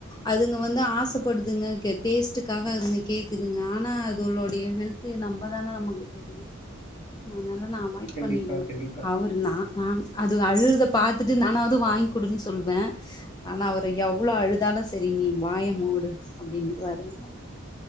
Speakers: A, on the left; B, on the left.
A: அதுங்க வந்து ஆசைப்படுதுங்க டேஸ்டுக்காக அதுங்க கேக்குதுங்க ஆனா அதுகலுடைய ஹெல்த் நம்ப தானே நமக்கு தெரியு அதனால. நா அவாய்ட்
B: கண்டிப்பா,
A: பண்ணிடுவே
B: கண்டிப்பா.
A: அவரு நா. ஆஹ அது அழுறத பாத்துட்டு நானாவது வாங்கிக்குடுன்னு சொல்லுவே ஆனா அவர் எவ்வளோ
B: ம்.
A: அழுதாலு சரி நீ வாய மூடு அப்டின்னு வரு என்ன.